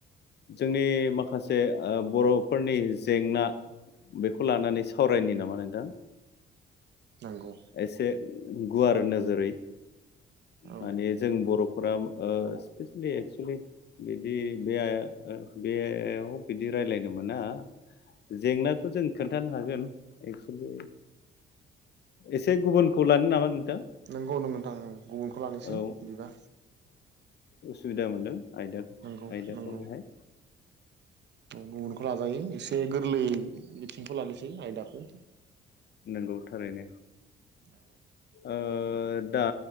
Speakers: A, on the left; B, on the right.
A: जोंनि माखासे आ बर'फोरनि जेंना बेखौ लानानै सावरायनि नामा नोंथां?
B: नंगौ
A: एसे उम गुवार नोजोरै
B: औ
A: माने जों बर'फोरा ओ स्पेसिलि एक्सुलि बिदि बे <unintelligible> बिदि रायलायदों मोना जेंनाखौ जों खोन्थानो हागोन एक्सुलि एसे गुबुनखौ लानो नामा नों
B: नोंगौ नोंथां गुबुनखौ लानोसै
A: औ
B: बिदिबा
A: <unintelligible> बिदा मोनदों। आयदा
B: नोंगौ
A: आयदाखौ
B: नोंगौ
A: बेहाय
B: गुबुन खौ लाजायो एसे गोरलै बिथिंखौ लानोसै आयदाखौ।
A: नोंगौ थारैनो।
B: औ
A: ओ दा